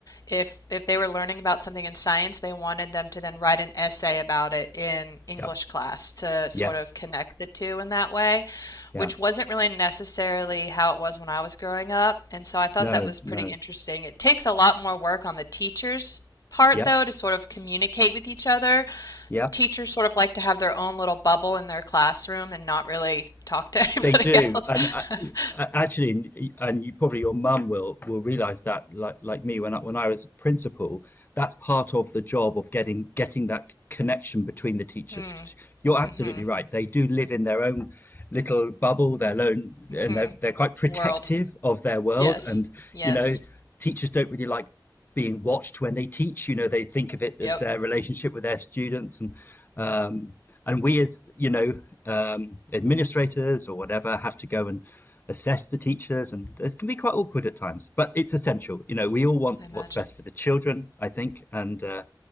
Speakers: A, on the left; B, on the left.
A: if if they were learning about something in science, they wanted them to then write an essay about it in
B: Yeah.
A: English class to sort
B: Yes.
A: of connect the two in that way,
B: Yeah.
A: which wasn't really necessarily how it was when I was growing up. And so I thought
B: No.
A: that was
B: No.
A: pretty interesting. It takes a lot more work on the teachers part,
B: Yeah.
A: though, to sort of communicate with each other.
B: Yeah.
A: Teachers sort of like to have their own little bubble in their classroom and not really talk to <laughs> anybody
B: They do,
A: else.
B: and uh,
A: <laughs>
B: actually, and you probably your mum will will realise that, like like me, when I, when I was a principal, that's part of the job of getting getting that connection between the teachers.
A: Hmm.
B: You're absolutely
A: Mm-hmm.
B: right; they do live in their own little bubble, their own,
A: Mm-hmm.
B: and they're they're quite protective
A: World.
B: of their world,
A: Yes.
B: and
A: Yes.
B: you know, teachers don't really like being watched when they teach. You know, they think of it as
A: Yep.
B: their relationship with their students, and um, and we as you know um, administrators or whatever have to go and assess the teachers, and it can be quite awkward at times. But it's essential. You know, we all want
A: I imagine.
B: what's best for the children, I think, and uh,